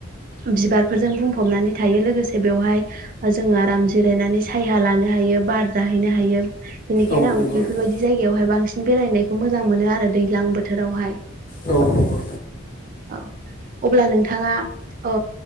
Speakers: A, on the right; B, on the left.
A: बिबारफोरजों बुंफबनानै थायो लोगोसे बेवहाय जोंङो आराम जिरायनानै साया लानो हायो बार जाहैनो हायो। बेनिखायनो
B: औ
A: आं
B: नंगौ
A: बेफोरबायदि
B: नोंथां
A: जायगायावहाय बांसिन बेरायनायखौ मोजां मोनो आरो दैज्लां बोथोरावहाय।
B: औ नंगौ
A: औ अब्ला नोंथाङा ओ